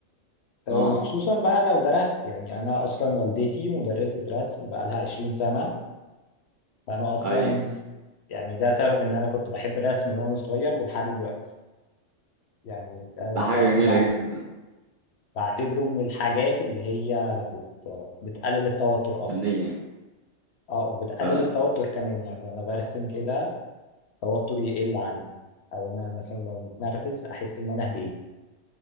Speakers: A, on the left; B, on the right.
A: آه،
B: آه
A: وخصوصا بقى لو درست يعني أنا أصلا والدتي مدرسة رسم بقالها 20 سنة فأنا أصلا
B: أيوة
A: يعني ده سبب إن أنا كنت بحب الرسم من وأنا صغير ولحد دلوقتي يعني آه،
B: ده حاجة
A: الرسم
B: جميلة جدا
A: بعتبره من الحاجات اللي هي بت... بتقلل التوتر اصلا
B: فنية
A: اه وبتقلل
B: فعلا
A: التوتر كمان يعني انا برسم كده التوتر يقل عندي او انا مثلا لو متنرفز احس ان انا هديت